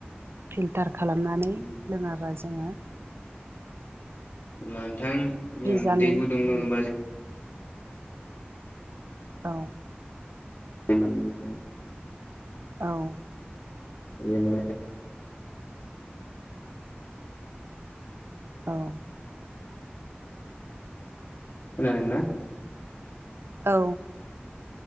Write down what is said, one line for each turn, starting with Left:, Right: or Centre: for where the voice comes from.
Right: फिल्टार खालामनानै
Left: उम
Right: लोङाब्ला जोङो
Left: लांथां
Right: बिजानु
Left: जों दै गुदुं
Right: मोन
Left: लोङोबा जों
Right: औ
Left: <unintelligible>
Right: औ
Left: बेनो
Right: औ
Left: खोनादों ना?
Right: औ